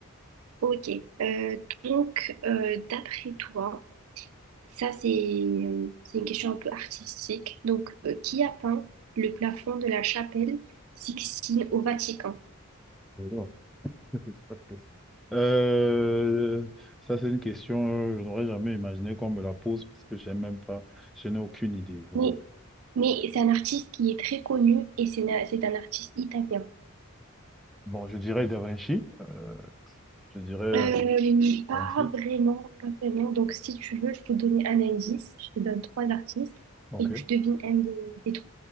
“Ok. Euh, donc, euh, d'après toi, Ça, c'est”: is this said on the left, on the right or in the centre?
Right